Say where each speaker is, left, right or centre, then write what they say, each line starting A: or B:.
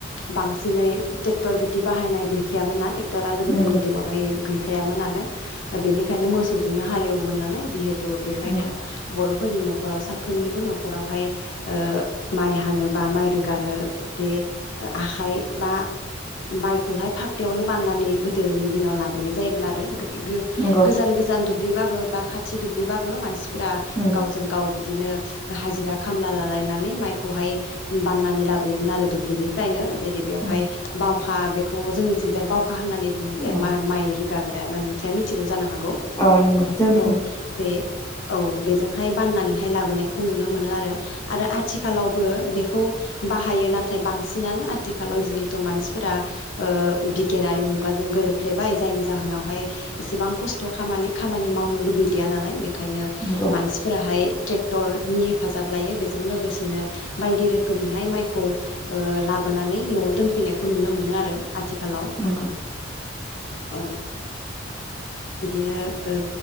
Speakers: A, on the left (about 75°); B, on the left (about 15°).
A: बांसिनै टेक्टर बिदि बाहायनाय गैखायामोन ना टेक्ट <unintelligible> गोदोनि
B: नंगौ
A: दिनावहाय गै गैयामोन नालाय बेनिखायनो मोसौजोंनो हालेव मोन नालाय जिहेत थ' बेखायनो
B: नंगौ
A: बर'फोरनि न'खराव साफ्रोमनिबो न'खरावहाय ओ माइ हानो बा माइ रोगानो बे आखाइ बा माइखौहाय फाफ्लियावनो बाननानै गोदोनि दिनाव लाबोनाय जायोमोन आरो इ
B: नंगौ
A: गोजान गोजान दुब्लिबाबो बा खाथि दुब्लिबाबो मानसि फोर
B: नंगौ
A: गावजों गाव बिदिनो हाजिरा खामला लालायनानै माइखौहाय बाननानै लाबोयोमोन आरो दुब्लिनिफ्रायनो बेदियावहाय
B: नंगौ
A: बाव खा बेखौ जोंनिथिंजाय बाव होननानै बुङो बे
B: अ
A: माइ माइ रोगाग्राय ना नों या मिथिगौ जानो हागौ।
B: औ नंगौ जों
A: औ बे औ बेजोंहाय बाननानैहाय लाबोनाय खौ नुनो मोनो आरो आरो आथिखालावबो बेखौ। खौ बाहायो नाथाय बांसिनानो आथिखालाव जिहेथु मानसिफोरा बिगियानारि मुगाजों गोरोबफ्लेबाय जायनि जाहोनावहाय एसेबां खस्थ' खामानि खामानि मावनो दुबैलिया नालाय बे ओंखायनो
B: नंगौ
A: मानसिफोराहाय ट्रेक्टरनि हेफाजाब लायो बेजों लोगोसेनो बायदि रोखोमैहाय माइखौ ओ लाबोनानै न'आव दोनफिनायखौ नुनो मोनो आरो आथिखालाव
B: नंगौ
A: औ बिदिनो ओ